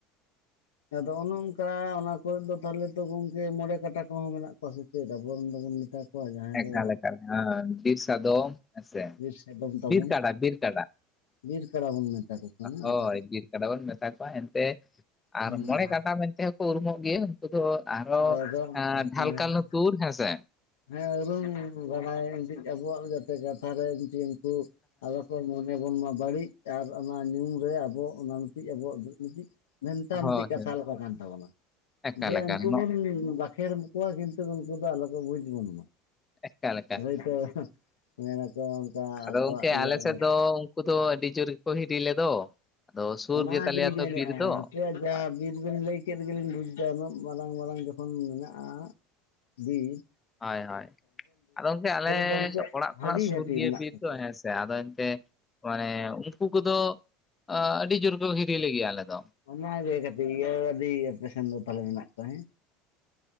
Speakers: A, on the left; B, on the left.
A: ᱟᱫᱚ ᱚᱱᱮ ᱚᱱᱠᱟ ᱚᱱᱟ ᱠᱚᱨᱮ ᱫᱚ ᱛᱟᱦᱚᱞᱮ ᱛᱚ ᱜᱚᱝᱠᱮ ᱢᱚᱬᱮ ᱠᱟᱴᱟ ᱠᱚᱦᱚᱸ ᱢᱮᱱᱟᱜ ᱠᱚᱣᱟ ᱥᱮ ᱪᱮᱫ ᱟᱵᱚᱨᱤᱱ ᱫᱚ ᱵᱚᱱ ᱢᱮᱛᱟ ᱠᱚᱣᱟ ᱡᱟᱦᱟᱸᱭ
B: ᱮᱠᱟᱞ
A: ᱫᱚ
B: ᱮᱠᱟᱞ ᱦᱮ ᱵᱤᱨ ᱥᱟᱫᱚᱢ ᱦᱮᱸᱥᱮ
A: ᱵᱤᱨ ᱥᱟᱫᱚᱢ ᱛᱟᱵᱚᱱ
B: ᱵᱤᱨ ᱠᱟᱰᱟ ᱵᱤᱨ ᱠᱟᱰᱟ
A: ᱵᱤᱨ ᱠᱟᱲᱟ ᱵᱚᱱ ᱢᱮᱛᱟ ᱠᱚ ᱠᱟᱱᱟ
B: ᱦᱳᱭ
A: ᱟᱵᱚ ᱫᱚ᱾
B: ᱵᱤᱨ ᱠᱟᱰᱟ ᱵᱚᱱ ᱢᱮᱛᱟ ᱠᱚᱣᱟ ᱮᱱᱛᱮ ᱟᱨ
A: ᱦᱮᱸ
B: ᱢᱚᱬᱮ ᱠᱟᱴᱟ ᱢᱮᱱ ᱛᱮᱦᱚᱸ ᱠᱚ ᱩᱨᱩᱢᱚᱜ ᱜᱮᱭᱟ ᱩᱱᱠᱩ ᱫᱚ ᱟᱨᱦᱚ
A: ᱟᱵᱚ ᱫᱚ ᱚᱱᱠᱟ
B: ᱰᱷᱟᱞᱠᱟ
A: ᱠᱚ ᱢᱮᱱᱟ
B: ᱞᱩᱛᱩᱨ ᱦᱮᱸ ᱥᱮ
A: ᱦᱮᱸ ᱩᱨᱩᱢ ᱵᱟᱰᱟᱭ <unintelligible> ᱟᱵᱚᱣᱟᱜ ᱫᱚ ᱡᱟᱛᱮ ᱠᱟᱛᱷᱟᱨᱮ᱾ <unintelligible> ᱟᱵᱚᱣᱟᱜ ᱢᱚᱱᱮ ᱵᱚᱱ ᱢᱟ ᱵᱟᱹᱲᱤᱡ ᱟᱨ ᱚᱱᱟ ᱧᱩᱢ ᱨᱮ ᱟᱵᱚ ᱚᱱᱟ ᱢᱤᱫᱴᱤᱡ ᱟᱵᱚᱣᱟᱜ ᱢᱤᱫᱴᱤᱡ᱾ ᱢᱮᱱᱛᱟ
B: ᱦᱳᱭ
A: ᱢᱤᱫᱴᱤᱡ ᱠᱟᱛᱷᱟ
B: ᱦᱳᱭ
A: ᱞᱮᱠᱟ ᱠᱟᱱ ᱛᱟᱵᱚᱱᱟ
B: ᱮᱠᱟᱞ
A: ᱡᱮ
B: ᱮᱠᱟᱞ
A: ᱩᱱᱠᱩ
B: ᱱᱚ
A: ᱵᱚᱱ ᱵᱟᱼᱼ ᱯᱷᱮᱨ ᱩᱱᱠᱚᱣᱟᱜ ᱠᱤᱱᱛᱩ ᱩᱱᱠᱩᱫᱚ ᱟᱞᱚ ᱠᱚ ᱵᱩᱡᱽ ᱵᱚᱱ ᱢᱟ
B: ᱮᱠᱟᱞ ᱮᱠᱟᱞ
A: ᱦᱚᱭᱛᱚᱼᱼ ᱢᱮᱱᱟᱠᱚ ᱚᱱᱠᱟ
B: ᱟᱫᱚ
A: ᱟᱠᱚᱣᱟᱜ
B: ᱜᱚᱝᱠᱮ
A: ᱤᱭᱟᱹ
B: ᱟᱞᱮ ᱥᱮᱫ
A: <inaudible>
B: ᱫᱚ ᱩᱱᱠᱩ ᱫᱚ ᱟᱹᱰᱤ ᱡᱳᱨ ᱜᱮᱠᱚ ᱦᱤᱨᱤ ᱞᱮᱫᱚ᱾ ᱟᱫᱚ ᱥᱩᱨ
A: ᱚᱱᱟ
B: ᱜᱮᱛᱟᱞᱮᱭᱟ
A: ᱜᱮᱞᱤᱧ ᱢᱮᱱᱮᱣᱟ
B: ᱛᱚ ᱵᱤᱨ ᱫᱚ
A: ᱟᱯᱮ <unintelligible> ᱡᱟᱦᱟᱸ
B: ᱦᱳᱭ
A: ᱵᱤᱨᱵᱤᱱ ᱞᱟᱹᱭ ᱠᱮᱫ ᱜᱮᱞᱤᱧ ᱵᱩᱡ ᱫᱟ ᱩᱱᱟᱹᱜ ᱢᱟᱨᱟᱝ ᱢᱟᱨᱟᱝ ᱡᱚᱠᱷᱚᱱ ᱢᱮᱱᱟᱜᱼᱟ ᱵᱤᱨᱼᱼ
B: ᱦᱳᱭ ᱦᱳᱭ ᱟᱫᱚ ᱜᱚᱝᱠᱮ ᱟᱞᱮ
A: ᱫᱚ ᱩᱱᱠᱩᱣᱟᱜ
B: ᱚᱲᱟᱜ
A: ᱵᱷᱟᱹᱜᱤ
B: ᱠᱷᱚᱱᱟᱜ ᱥᱩᱨ
A: ᱜᱷᱟᱹᱴᱤ
B: ᱜᱮᱭᱟ
A: ᱢᱮᱱᱟᱜ
B: ᱵᱤᱨ
A: ᱛᱟᱠᱚᱣᱟ
B: ᱫᱚ ᱦᱮᱸᱥᱮ ᱟᱫᱚ ᱮᱱᱛᱮᱼᱼ ᱦᱳᱭ ᱩᱱᱠᱩ ᱠᱚᱫᱚ ᱟᱸ ᱟᱹᱰᱤ ᱡᱳᱨ ᱠᱚ ᱦᱤᱨᱤ ᱞᱮ ᱜᱮᱭᱟ ᱟᱞᱮ ᱫᱚ ᱾
A: ᱚᱱᱟᱜᱮ ᱠᱟᱹᱴᱤᱡ ᱤᱭᱟᱹ ᱟᱹᱰᱤ ᱟᱯᱮᱥᱮᱱ ᱫᱚ ᱛᱟᱦᱞᱮ ᱢᱮᱱᱟᱜ ᱠᱚᱣᱟ ᱦᱮᱸ?